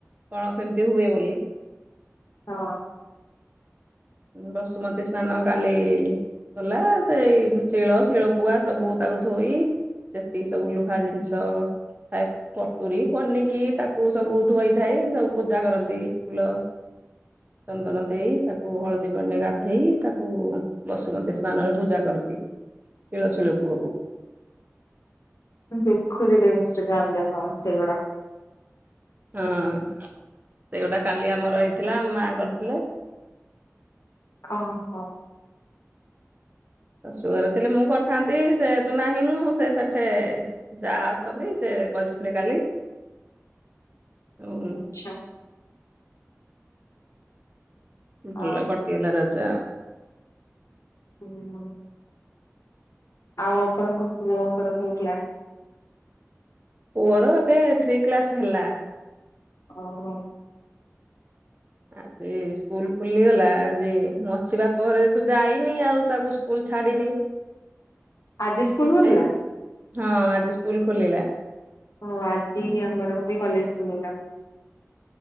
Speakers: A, on the right (about 35°); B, on the left (about 75°).
A: କଣ କେମିତି ହୁଏ ବୋଲି।
B: ହଁ।
A: ବସୁମତୀ ସ୍ନାନ କାଲି ଗଲା। ସେଇ ଶିଳ ଶିଳ ପୁଆ ସବୁ ତାକୁ ଧୋଇ ଯେତିକି ସବୁ ଲୁହା ଜିନିଷ <inaudible> କଟୁରୀ, ପନିକି ତାକୁ ସବୁ ଧୋଇ ଧାଇ ସବୁ ପୂଜା କରନ୍ତି ଫୁଲ ଚନ୍ଦନ ଦେଇ। ତା କୁ ହଳଦୀ ପାଣି ରେ ଗାଧେଇ ତାକୁ ବସୁମତୀ ସ୍ନାନରେ ପୂଜା କରିଦିଏ। ଶିଳ ଶିଳ ପୁଆକୁ।
B: ଦେଖୁଥିଲ ଇନଷ୍ଟାଗ୍ରାମ୍ ରେ ହଁ ସେଇଗୁଡା।
A: ହଁ ସେଇଗୋଟା କାଲି ଆମର ହେଇଥିଲା ମା କରିଥିଲେ।
B: ଓହୋ।
A: ଶାଶୁ ଘରେ ଥିଲେ ମୁଁ କରିଥାନ୍ତି। ଯେହେତୁ ନାହିଁ ମୁଁ ସେ ସେଠେ ଯାଆ ଅଛନ୍ତି ସେ କହିଛନ୍ତି କାଲି। ତେଣୁ
B: ଆଚ୍ଛା
A: ଭଲରେ
B: ଆଉ
A: କଟିଗଲା ରାଜ।
B: <unintelligible> ଆଉ ଆପଣଙ୍କ ପୁଅଙ୍କର କୋଉ କ୍ଲା
A: ପୁଅର ଏବେ ଥ୍ରୀ କ୍ଲାସ ହେଲା।
B: ଓହୋ।
A: ଆଜି ସ୍କୁଲ ଖୁଲିଗଲା ଆଜି ମୁଁ ଅଛି ବାପ ଘରେ ଯେ ତୁ ଯାଇନି ଆଉ ତାକୁ ସ୍କୁଲ ଛାଡ଼ିିନି
B: <inaudible> ସ୍କୁଲ ଖୋଲିଲା
A: ବେ ହଁ ଆଜି ସ୍କୁଲ ଖୋଲିଲା।
B: ହ ଆଜି ଆମର କ ବି କଲେଜ ଖୋଲିଲା।